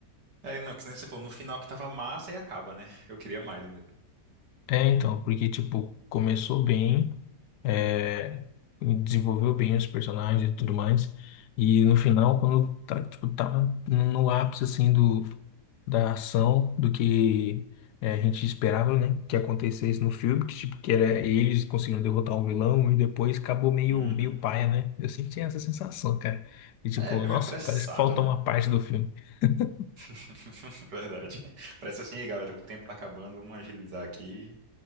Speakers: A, on the right; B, on the left.
A: É, não, que nem você falou, no final que tava massa e acaba, né? <laughs> Eu queria mais mesmo.
B: É, então, porque, tipo, começou bem. é, desenvolveu bem os personagens e tudo mais. E no final, quando tá, tipo, tava no ápice assim do, da ação, do que é, a gente esperava, né, que acontecesse no filme, que tipo que era eles conseguindo derrotar o vilão e depois acabou meio
A: Uhum.
B: meio paia, né? Eu senti essa sensação, cara. E tipo,
A: É, foi
B: nossa,
A: meio apressado,
B: parece que faltou
A: né?
B: uma parte do filme. <laughs>
A: <laughs> Verdade. Parece assim, aí, galera, o tempo tá acabando, vamos agilizar aqui